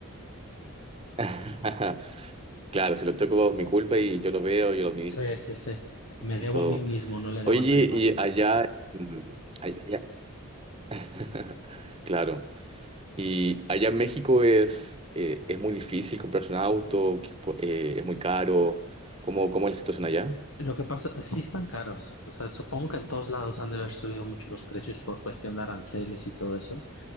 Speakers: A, on the right; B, on the left.
A: <laughs> claro, si lo toco es mi culpa y yo lo veo, yo lo administro
B: Sí, sí, sí. Me debo
A: y todo.
B: a mí mismo, no le debo
A: Oye,
B: a nadie más.
A: y allá, mm, ay- allá- <laughs> claro, y allá en México es, eh, es muy difícil comprarse un auto, que- eh, es muy caro. ¿Cómo, cómo es la situación allá?
B: Lo que pasa, sí están caros. O sea, supongo que en todos lados han de haber subido mucho los precios por cuestión de aranceles y todo eso.